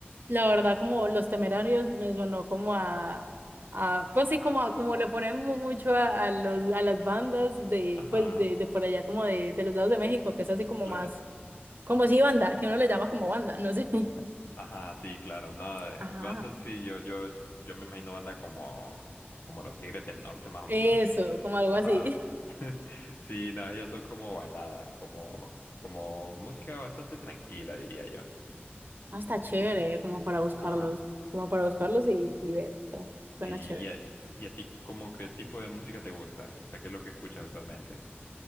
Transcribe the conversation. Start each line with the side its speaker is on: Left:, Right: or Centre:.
Right: la verdad como Los Temerarios me sonó como a, a pues sí, como a- como le ponen mu- mucho a, a los a las bandas de
Left: Ajá,
Right: pues de, de por allá como de, de los lados de México, que es así como
Left: claro.
Right: más como si banda, que uno le llama como banda, no sé. <laughs>
Left: Ajá, sí, claro. No, eh,
Right: Ajá.
Left: bandas sí, yo, yo, yo me imagino banda como, como los Tigres del Norte, más o
Right: Eso,
Left: menos.
Right: como algo
Left: Ajá.
Right: así.
Left: <laughs> Sí, no, ellos son como baladas, como, como música bastante tranquila, diría yo.
Right: Ah, está chévere,
Left: Sí,
Right: como para buscarlos,
Left: ajá.
Right: como para buscarlos
Left: Sí.
Right: y, y ver, está- suena
Left: Sí,
Right: chévere.
Left: y a, y a ti, como qué tipo de música te gusta? O sea, ¿qué es lo que escuchas usualmente?